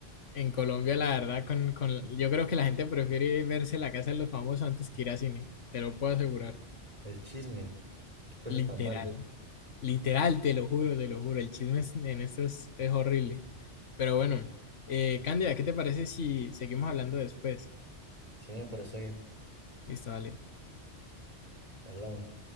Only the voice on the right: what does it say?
El chisme, qué cosa
tan mala.
Sí, me parece bien.
Hablamos.